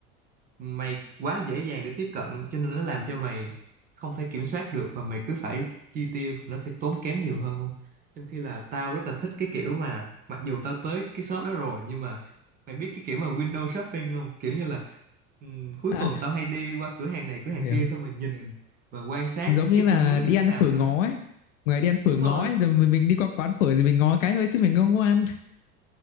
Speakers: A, on the right; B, on the left.
A: mày quá dễ dàng để tiếp cận cho nên nó làm cho mày không thể kiểm soát được và mày cứ phải chi tiêu nó sẽ tốn kém nhiều hơn không trong khi là tao rất là thích cái kiểu mà mặc dù tao tới cái shop đó rồi nhưng mà mày biết cái kiểu mà window shopping không kiểu như là ừm, cuối
B: À,
A: tuần tao hay đi qua cửa hàng này cửa
B: hiểu
A: hàng
B: hiểu.
A: kia xong rồi nhìn và quan sát
B: giống như
A: cái
B: là
A: xu hướng nó
B: đi
A: như thế
B: ăn
A: nào
B: phở
A: thôi
B: ngó
A: á
B: ấy ngoài đi ăn phở
A: đúng
B: ngó
A: rồi
B: ấy rồi mình mình đi qua quán phở thì mình ngó cái thôi chứ mình không có ăn